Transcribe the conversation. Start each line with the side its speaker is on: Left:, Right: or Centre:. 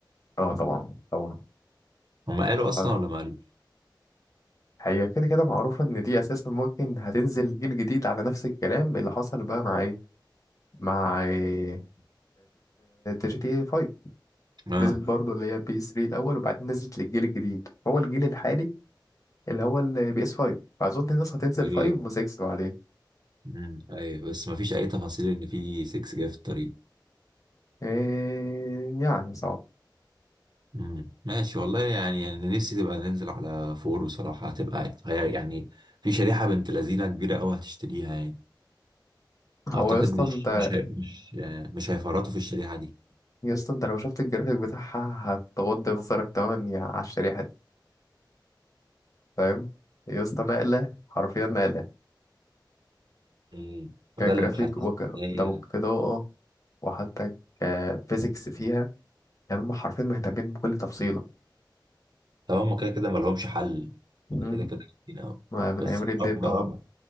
Left: اه طبعا طبعا
Right: هم قالوا اصلا
Left: آه،
Right: ولا ما قالوا
Left: هي كده كده معروفة ان دي اساسا ممكن هتنزل جيل جديد على نفس الكلام اللي حصل بقى مع ايه مع ايه جي تي اي 5
Right: اه
Left: نزلت برضه اللي هي بي اس 3 الاول وبعدين نزلت للجيل الجديد هو الجيل الحالي اللي هو البي اس 5 فاظن الناس هتنزل
Right: ايه
Left: 5 و6 بعدين
Right: مم. ايوه بس ما فيش اي تفاصيل ان في 6 جاي في الطريق
Left: إيه يعني صعب
Right: مم. ماشي والله يعني انا نفسي تبقى ننزل على فور بصراحه هتبقى هي يعني في شريحه بنت لذينه كبيره قوي هتشتريها يعني
Left: هو
Right: اعتقد
Left: يا اسطى
Right: مش
Left: انت
Right: مش هي- مش مش هيفرطوا في الشريحه دي
Left: يا اسطى انت لو شفت الجرافيك بتاعها هتغض نظرك تماما يا على الشريحة فاهم يا اسطى نقلة حرفيا نقلة
Right: مم. وده
Left: كجرافيك
Right: اللي محسسني
Left: وكدمج
Right: ان هي
Left: كإضاءة وحتى كفيزيكس فيها يعني هم حرفيا مهتمين بكل تفصيلة
Right: طب هم كده كده ما لهمش حل
Left: مم.
Right: يعني كده كده كتير قوي
Left: ما من
Right: بس
Left: أيام ريد
Right: يا
Left: ديد
Right: رب
Left: طبعا
Right: يا رب